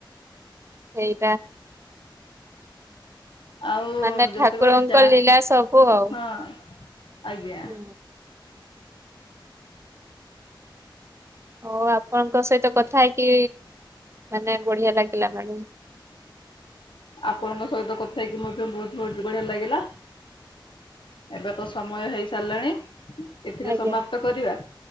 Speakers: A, on the right; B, on the left.
A: ସେଇଟା।
B: ଆଉ
A: ମାନେ
B: ଯେତେବେଳେ
A: ଠାକୁରଙ୍କ
B: ଯା
A: ଲୀଳା ସବୁ ଆଉ
B: ହଁ। ଆଜ୍ଞା।
A: ହୁଁ। ହଉ ଆପଣଙ୍କ ସହିତ କଥା ହେଇକି ମାନେ ବଢିଆ ଲାଗିଲା ମ୍ୟାଡମ୍।
B: ଆପଣଙ୍କ ସହିତ କଥା ହେଇକି ମଧ୍ୟ ବହୁତବଢ଼ ବଢିଆ ଲାଗିଲା। ଏବେ ତ ସମୟ ହେଇ ସାରିଲାଣି। ଏଥିରେ
A: ଆଜ୍ଞା
B: ସମାପ୍ତ କରିବା